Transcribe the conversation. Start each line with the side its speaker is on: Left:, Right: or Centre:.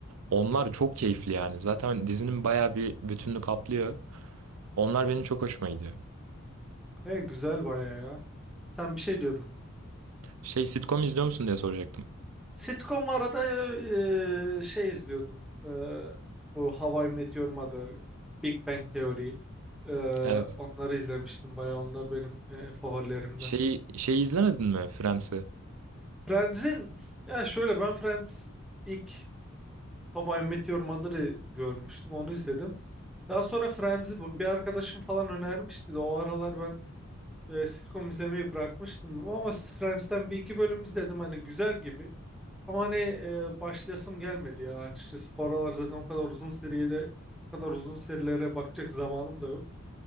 Right: Onlar çok keyifli yani. Zaten dizinin bayağı bir bütününü kaplıyor. Onlar benim çok hoşuma gidiyor.
Centre: e, güzel baya ya. Sen bir şey diyordun.
Right: Şey sitcom izliyor musun diye soracaktım.
Centre: Sitcom arada e, e, şey izliyordum. E, bu How I Met Your Mother, Big Bang Theory. E,
Right: Evet.
Centre: onları izlemiştim baya. Onlar benim e, favorilerimden.
Right: Şeyi, şeyi izlemedin mi Friends'i?
Centre: Friends'in ya şöyle ben Friends ilk How I Met Your Mother'ı görmüştüm. Onu izledim. Daha sonra Friends'i bu- bir arkadaşım falan önermişti de o aralar ben e, sitcom izlemeyi bırakmıştım. Ama Friends'ten bir iki bölüm izledim. Hani güzel gibi. Ama hani e, başlayasım gelmedi ya açıkçası. Bu aralar zaten o kadar uzun seriyede o kadar uzun serilere bakacak zamanım da yok.